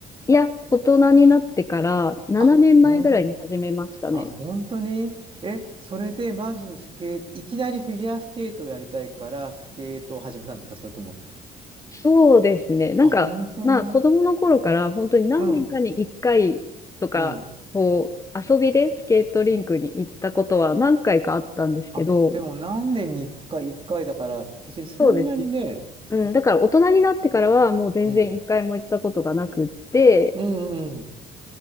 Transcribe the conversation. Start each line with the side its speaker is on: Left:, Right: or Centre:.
Left: いや、大人になってから7年前ぐらいに始めましたね。
Right: あ、ほん、あ、本当にえ、それでまずスケ、いきなりフィギュアスケートをやりたいから、スケートを始めたんですかそれとも、
Left: そうですね。なんか、
Right: あ、本当に
Left: まあ子供の頃から本当に何年かに1回とか、
Right: うん、うん。
Left: こう、遊びでスケートリンクに行ったことは何回かあったんですけど、
Right: あ、でも何年に一回、一回だから、別にそんなにね、
Left: そうですね。うん、
Right: あ、
Left: だから大人になってからはもう全然一回も行ったことがなくって、
Right: うん、うん、うん、